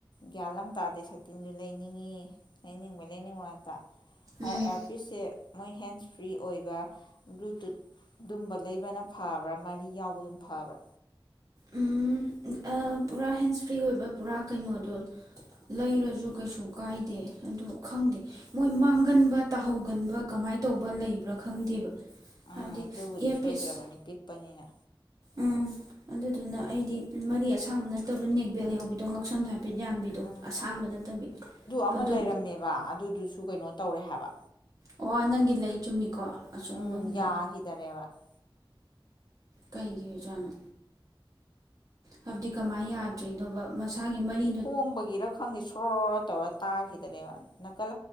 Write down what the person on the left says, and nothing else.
ꯒ꯭ꯌꯥꯟꯂꯝ ꯇꯥꯗꯦ ꯁꯇꯤꯟꯁꯨ ꯂꯩꯅꯤꯡꯏꯤ ꯂꯩꯅꯤꯡꯕ ꯂꯩꯅꯤꯡꯕ ꯉꯛꯇꯥ
ꯑꯥꯔꯄꯤꯁꯁꯦ ꯃꯣꯏ ꯍꯦꯟꯁ ꯐ꯭ꯔꯤ ꯑꯣꯏꯕ ꯕ꯭ꯂꯨꯇꯨꯠ ꯑꯗꯨꯝꯕ ꯂꯩꯕꯅ ꯐꯕ꯭ꯔꯥ ꯃꯔꯤ ꯌꯥꯎꯕꯗꯨꯝ ꯐꯕ꯭ꯔꯥ
ꯑꯥ ꯑꯗꯨꯕꯨꯗꯤ
ꯁꯣꯏꯗ꯭ꯔꯕꯅꯤ ꯄꯤꯛꯄꯅꯤꯅ
ꯎꯝ
ꯑꯃ
ꯂꯩꯔꯝꯃꯦꯕ ꯑꯗꯨꯗꯨꯁꯨ ꯀꯩꯅꯣ ꯇꯧꯔꯦ ꯍꯥꯏꯕ
ꯎꯝ
<unintelligible>
ꯍꯣꯡꯕꯒꯤꯔ ꯈꯪꯗꯦ ꯁꯣꯔꯣꯔ ꯇꯧꯔ ꯇꯥꯈꯤꯗꯅꯦꯕꯅꯤ ꯅꯥꯀꯜ